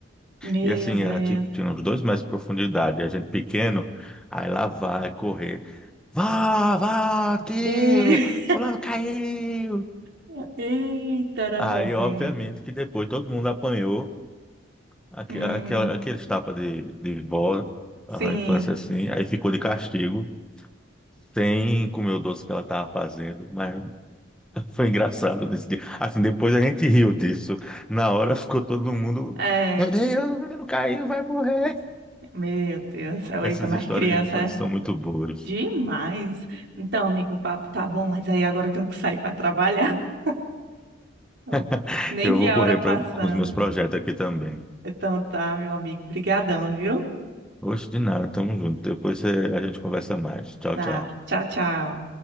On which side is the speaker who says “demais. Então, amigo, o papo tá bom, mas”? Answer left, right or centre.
Right